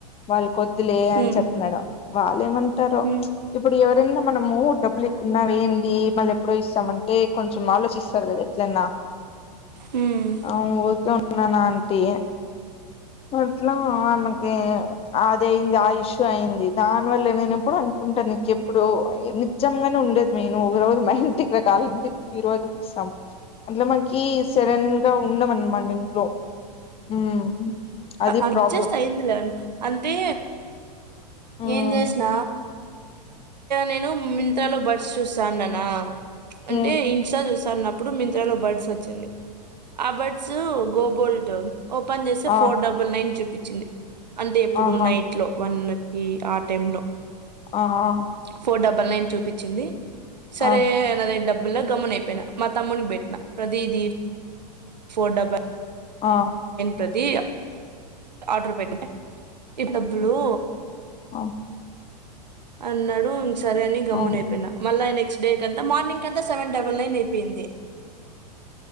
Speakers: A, on the left; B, on the right.
A: వాళ్ళు కొద్ వద్దులే
B: హ్మ్.
A: అని చెపిన్నాడు వాళ్ళు ఏమంటారో
B: హ్మ్.
A: ప్చ్ ఇప్పుడు ఎవరి తిన్నాం మనము డబ్బులు ఇకున్న వెందిమళ్ళీ ఎప్పుడో ఇస్తామంటే కొంచెం ఆలోచిస్తారు కదా ఎట్లన్నా
B: హ్మ్.
A: అవును ఉరికే ఉండు నాన్న అంటి అట్లా ఆమెకి అది అయింది ఆ ఇష్యూ అయింది దానివల్ల నేను ఎప్పుడు అనుకుంటాను ఇంకెప్పుడు నిజంగానే ఉండేది నెను ఒక రోజు మా ఇంటికి రా కావాలా అంటే బీరువ చూపిస్తాం అట్లో మనకి సడన్ గా ఉండవనమాట ఇంట్లో మ్మ్ అది
B: అడ్జస్ట్
A: ప్రాబ్లం
B: అయిందిలే అంటే
A: మ్మ్
B: ఏం చేసిన నేను మింత్రాలోబడ్స్ చూస్తాన్నాన అంటే
A: మ్మ్
B: ఇన్స్ట్ చూస్ అన్నప్పుడు మింత్రాలో బడ్స్ వచ్చింది ఆ బడ్స్ గోబోల్ట్ ఓపెన్ చేస్తే
A: ఆ
B: ఫోర్డబల్ నైన్ చూప్ పిచ్చింది అంటే ఎప్పుడు
A: ఆహా
B: నైట్ లో వన్ కి ఆ టైం లో
A: ఆ ఆ
B: ఫోర్ డబ్ పళ్నయిన్ చూపి చ్చింది సరే
A: ఆ
B: అన్నది డబ్ బ్బులా గమ్మనైపోయిన మా తమ్మునికి పెట్టిన ప్రతిదీ ఫోర్ డబ
A: ఆ
B: ప్రదియా ఆర్డర్ పెట్టిన ఈ తప్పులు
A: ఆ
B: అన్నాడు సరే అని గమ్మన
A: ఆ
B: అయిపోయినా మళ్ళా ఆయన డేకి అంత మార్నింగ్ కంతా సెవెన్ డబుల్ నైన్ అయిపెయింది